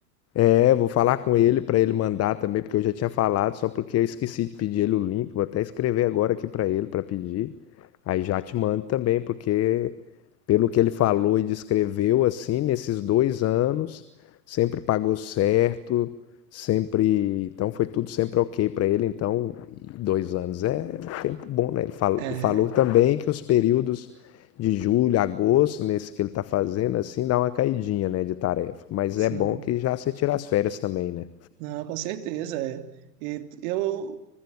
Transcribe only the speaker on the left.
É, vou falar com ele para ele mandar também, porque eu já tinha falado, só porque eu esqueci de pedir ele o link. Vou até escrever agora aqui para ele para pedir. Aí já te mando também, porque pelo que ele falou e descreveu, assim, nesses dois anos, sempre pagou certo, sempre. Então foi tudo sempre ok para ele. Então, dois anos é um tempo bom, né? Ele falou,
e falou também que os períodos de julho, agosto, nesse que ele tá fazendo, assim, dá uma caidinha, né, de tarefa. Mas
é bom que já você tira as férias também, né?